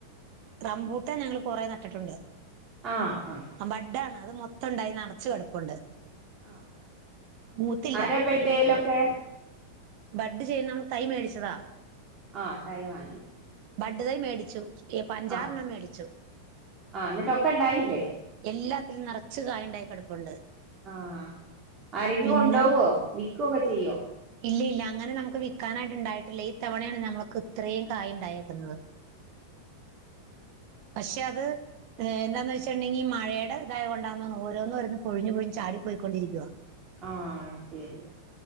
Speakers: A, on the right; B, on the right.
A: റംമ്പൂട്ടാൻ ഞങ്ങള് കൊറെ നട്ടിട്ടുണ്ട്.
B: ആ ആ
A: ബഡാണ് അത് മൊത്തം ഉണ്ടായി നറച്ചു കിടപ്പുണ്ട്.
B: ആ
A: മൂത്തില്ല
B: അര ബെടെലൊ റ്റേ
A: ബഡ് ചെയ്യുന്നോട് തൈ മേടിച്ചതാ
B: ആ തൈ വാങ്ങി.
A: ബഡ് തൈ മേടിച്ചു അഞ്ചാറണ്ണം
B: ആഹ്
A: മേടിച്ചു
B: ആഹ് എന്നിട്ടൊക്കെ ഇണ്ടായില്ലേ
A: എല് ഉം നിറച്ച് കായുണ്ടായ് കിടപ്പുണ്ട്.
B: ആഹ് ആരെങ്കിലും
A: പിന്നെ
B: കൊണ്ടാവോ മിക് ക്കൊക്കെ ചെയ്യോ
A: ഇല്ല ഇല്ല അങ്ങനെ നമുക്ക് വിക്കാനായിട്ട് ഇണ്ടായിട്ടില്ല ഈ തവണയാണ് നമ്മക്ക് ഇത്രയും കായ ഉണ്ടയേക്കുന്നത്. പക്ഷെ അത് എന്താന്ന് വെച്ചിട്ടുണ്ടെങ്കിൽ മഴയുടെ ഇതായത് കൊണ്ടാണ് ഓരോന്നും ഓരോന്ന് പൊഴിഞ്ഞു പൊഴിഞ്ഞു ചാടിപ്പോയിക്കൊണ്ടിരിക്കുവാ.
B: ആ ശരിയാ